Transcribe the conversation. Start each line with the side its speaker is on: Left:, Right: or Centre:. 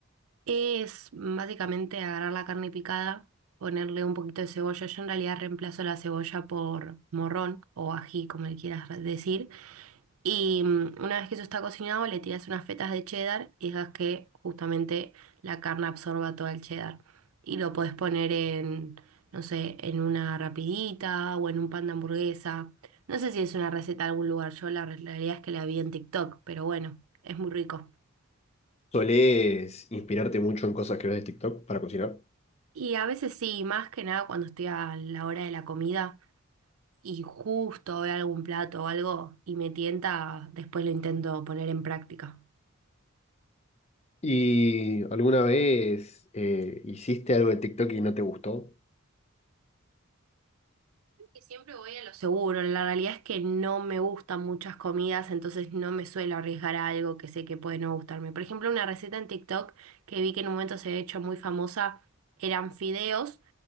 Right: Es básicamente agarrar la carne picada, ponerle un poquito de cebolla. Yo en realidad reemplazo la cebolla por morrón o ají, como le quieras decir. Y mm, una vez que eso está cocinado, le tiras unas fetas de cheddar y dejas que justamente la carne absorba todo el cheddar. Y lo podés poner en, no sé, en una rapidita o en un pan de hamburguesa. No sé si es una receta de algún lugar, yo la re- la realidad es que la vi en TikTok, pero bueno, es muy rico.
Left: ¿Solés inspirarte mucho en cosas que ves de TikTok para cocinar?
Right: Y a veces sí, más que nada cuando estoy a la hora de la comida y justo veo algún plato o algo y me tienta, después lo intento poner en práctica.
Left: ¿Y alguna vez eh, hiciste algo de TikTok y no te gustó?
Right: que siempre voy a lo seguro. La realidad es que no me gustan muchas comidas, entonces no me suelo arriesgar a algo que sé que puede no gustarme. Por ejemplo, una receta en TikTok que vi que en un momento se había hecho muy famosa eran fideos